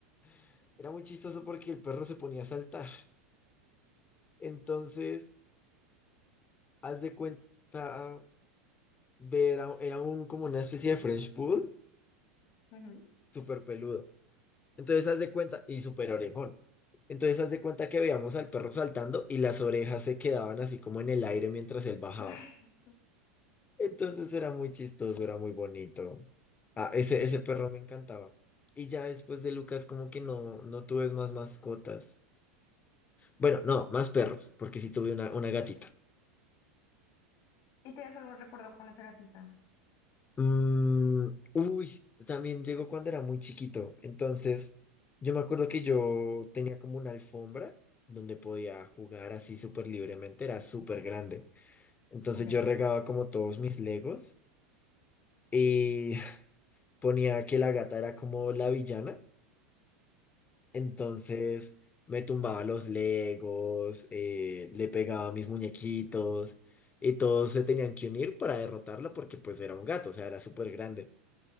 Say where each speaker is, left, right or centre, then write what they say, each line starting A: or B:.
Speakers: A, on the left (about 20°); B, on the left (about 50°).
A: <sighs> era muy chistoso porque el perro se ponía a saltar. Entonces, haz de cuenta, ver a- era un, como una especie de French Poodle,
B: Ujú.
A: súper peludo. Entonces, haz de cuenta, y súper orejón. Entonces, haz de cuenta que veíamos al perro saltando y las orejas se quedaban así como en el aire mientras él bajaba.
B: <laughs>
A: Entonces era muy chistoso, era muy bonito. Ah, ese, ese perro me encantaba. Y ya después de Lucas, como que no, no tuve más mascotas. Bueno, no, más perros, porque sí tuve una, una gatita.
B: ¿Y tienes algún recuerdo con esa gatita?
A: Mm, uy, también llegó cuando era muy chiquito. Entonces, yo me acuerdo que yo tenía como una alfombra donde podía jugar así súper libremente, era súper grande. Entonces
B: Ok.
A: yo regaba como todos mis legos y <laughs> <sighs> ponía que la gata era como la villana. Entonces me tumbaba los Legos, eh, le pegaba a mis muñequitos y todos se tenían que unir para derrotarla porque pues era un gato, o sea, era súper grande.